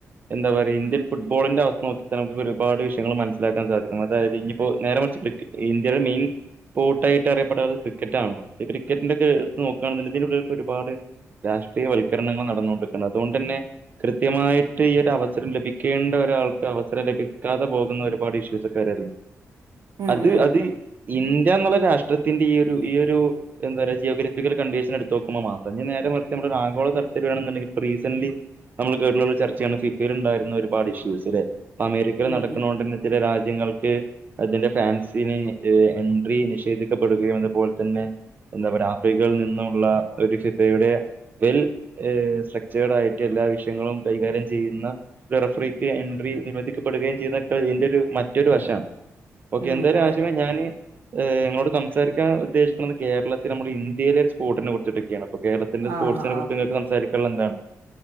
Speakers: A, on the right (about 35°); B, on the right (about 80°).
A: എന്താ പറയാ ഇന്ത്യൻ ഫുട്ബോളിന്റെ അവസ്ഥ നോക്കി നമുക്ക് ഒരുപാട് വിഷയങ്ങൾ മനസിലാക്കാൻ സാധിക്കും അതായത് ഇനിയിപ്പോ നേരെമറിച്ച് ക്രിക്കറ്റി ഇന്ത്യടെ മെയിൻ സ്പോർട്- ട്ടായിട്ട് അറിയപ്പെടണത് ക്രിക്കറ്റ് ആണല്ലോ ക്രിക്കറ്റിന്റെ ഒക്കെ എടുത്ത് നോക്കാണെങ്കി ഇതിന്റുള്ളിലൊക്കെ ഒരുപാട് രാഷ്ട്രീയവൽക്കരണങ്ങൾ നടന്നുകൊണ്ടിരിക്കുന്നത് അതോണ്ടന്നെ കൃത്യമായിട്ട് ഈ ഒരു അവസരം ലഭി ക്കേണ്ട ഒരാൾക്ക് അവസരം ലഭിക്കാതെ പോകുന്ന ഒരുപാട് ഇഷ്യൂസ്ണ്ട്. കരൽ
B: ഉം
A: അത്
B: ഉം
A: അത് ഇന്ത്യാന്നുള്ള രാഷ്ട്ര ത്തിന്റെ ഈ ഒരു ഈ ഒരു എന്താ ജിയോഗ്രഫിക്കൽ കണ്ടീഷനെടുത്തോക്കുമ്പോ തന്നെ നേരെ മർച്ച് നമ്മളൊരു ആഗോള തലത്തിൽ ആണെന്നുണ്ടെങ്കിൽ സീസന്റി നമ്മള് കേട്ടുള്ള ഒരു ചർച്ചയാണ് ഫിഫീൽ ബണ്ടായിരുന്ന ഒരുപാട് ഇഷ്യൂസ് ലെ ഇപ്പോ അമേരിക്കയിൽ
B: ഉം
A: നടക്കണോണ്ടന്നെ
B: ഉം
A: തന്നെ ചില രാജ്യങ്ങൾ അതിന്റെ ഫാൻസിന് എൻട്രി നിഷേധിക്ക അതുപോലെ തന്നെ എന്താ പറയ ആഫ്രിക്കയിൽ നിന്നുള്ള ഒരു ഫിഫയുടെ വെൽ ഏ സലക്ചേഡ് ആയിട്ട് എല്ലാ വിഷയങ്ങളും കൈകാര്യം ചെയ്യുന്ന ഗറഫ്രക്ക് എൻ നിർിക്കപ്പെടുകയും ചെയ്യുന്നതൊക്കെ ഇതിൻന്റെറെ ഒരു മറ്റൊരു വശമാണ് ഓക്കെ
B: ഉം
A: എന്തരു
B: അതെ
A: ആശ്യമ ഞാന് ഞങ്ങോട് സംസാരിക്കാൻ ഉദ്ദേശിക്കുന്നത് കേരളത്തിൽ നമ്മൾ ഇന്ത്യയിലെ സ്പോട്ടിന കുച്ചിൊക്കെയാണ് അ കേരളത്തിന്റെ സ്പോട്സെനെ
B: ആഹ് ആഹ്
A: കുറിച്ച് നിങ്ങൾക് സംസരിക്കും ല്ലന്താണ്